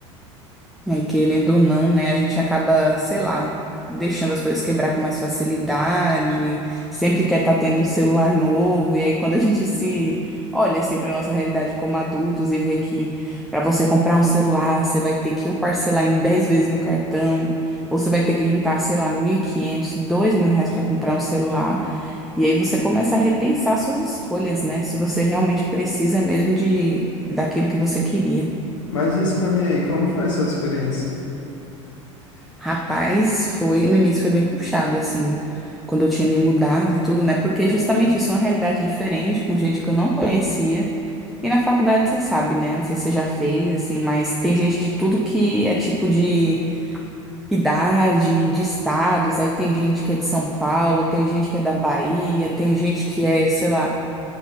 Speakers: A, in the centre; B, on the left (about 80°).
A: É, querendo ou não, né, a gente acaba, sei lá, deixando as coisas quebrar com mais facilidade, sempre quer estar tendo um celular novo, e aí quando a gente se olha assim para nossa realidade como adultos e vê que para você comprar um celular, você vai ter que ou parcelar em 10 vezes no cartão, ou você vai ter que juntar, sei lá, 1.500, dois mil reais para comprar um celular, e aí você começa a repensar suas escolhas, né? Se você realmente precisa mesmo de daquilo que você queria.
B: Mas diz pra mim aí, como foi a sua experiência?
A: Rapaz, foi, no início foi bem puxado, assim, quando eu tinha me mudado e tudo, né? Porque justamente isso é uma realidade diferente, com gente que eu não conhecia. E na faculdade você sabe, né? Não sei se você já fez, assim, mas tem gente de tudo que é tipo de idade, de estados. Aí tem gente que é de São Paulo, tem gente que é da Bahia, tem gente que é, sei lá,